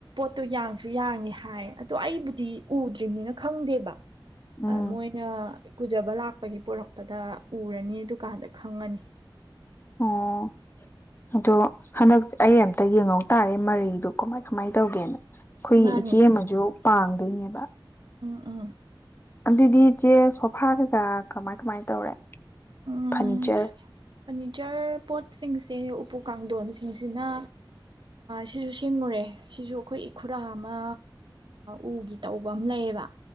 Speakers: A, on the right; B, on the left.
A: ꯑꯣ ꯌꯥꯡꯁꯨ ꯌꯥꯡꯉꯦ ꯍꯥꯏ ꯑꯗꯣ ꯑꯩꯕꯨꯗꯤ ꯎꯗ꯭ꯔꯤꯕꯅꯤꯅ ꯈꯪꯗꯦꯕ
B: ꯎꯝ
A: ꯃꯣꯏꯅ ꯀꯨꯖꯕ ꯂꯥꯛꯄꯒꯤ ꯄꯣꯔꯛꯄꯗ ꯎꯔꯅꯤ ꯗꯨꯀꯥꯟꯗ ꯈꯪꯉꯅꯤ
B: ꯑꯣ ꯑꯗꯣ ꯍꯟꯗꯛ ꯑꯩ ꯑꯝꯇ ꯌꯦꯡꯍꯧ ꯇꯥꯔꯦ ꯃꯔꯤꯗꯣ ꯀꯃꯥꯏ ꯀꯃꯥꯏꯅ ꯇꯧꯒꯦꯅ ꯑꯩꯈꯣꯏꯒꯤ
A: ꯃꯥꯅꯤ
B: ꯏꯆꯦ ꯑꯃꯁꯨ ꯄꯥꯡꯗꯣꯏꯅꯦꯕ
A: ꯎꯝ ꯎꯝ
B: ꯑꯗꯨꯗꯤ ꯏꯆꯦ ꯁꯣꯐꯥ ꯀꯩꯀꯥ ꯀꯃꯥꯏ ꯀꯃꯥꯏ ꯇꯧꯔꯦ
A: ꯎꯝ
B: ꯐꯔꯅꯤꯆꯔ
A: ꯐꯥꯅꯤꯆꯔ ꯄꯣꯠ ꯁꯤꯡꯁꯦ ꯎꯄꯨ ꯀꯥꯡꯊꯣꯟꯁꯤꯡꯁꯤꯅ ꯁꯤꯁꯨ ꯁꯦꯡꯉꯨꯔꯦ ꯁꯤꯁꯨ ꯑꯩꯈꯣꯏ ꯏꯈꯨꯔꯥ ꯑꯃ ꯎꯒꯤ ꯇꯧꯕ ꯑꯃ ꯂꯩꯌꯦꯕ